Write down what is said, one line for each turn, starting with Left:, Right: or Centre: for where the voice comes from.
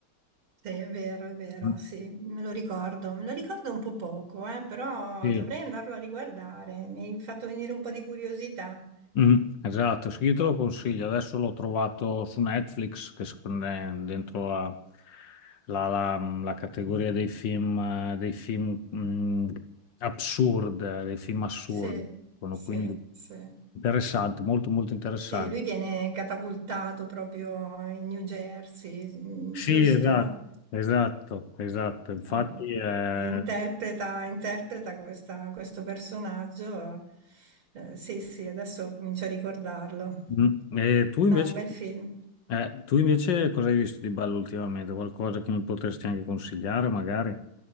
Right: Sì, è vero, è vero,
Left: Mm.
Right: sì, me lo ricordo. Me lo ricordo un po' poco, eh, però
Left: Eh,
Right: dovrei andarlo a riguardare. Mi hai fatto venire un po' di curiosità.
Left: Mm, esatto, sì, io te lo consiglio. Adesso l'ho trovato su Netflix, che secondo me è dentro la, la- la- la categoria dei film, eh, dei film mm, absurd, eh, dei film assurdi.
Right: Sì,
Left: Sono
Right: sì,
Left: quindi
Right: sì.
Left: interessante, molto molto interessante.
Right: Sì, lui viene catapultato proprio in New Jersey, mm,
Left: Sì,
Right: giusto?
Left: esatto, esatto, esatto. Infatti,
Right: Eh,
Left: eh,
Right: e interpreta, interpreta questa- questo personaggio. eh, sì, sì, adesso comincio a ricordarlo.
Left: mm, e tu invece,
Right: No, un bel film.
Left: eh, tu invece cosa hai visto di bello ultimamente? Qualcosa che mi potresti anche consigliare, magari?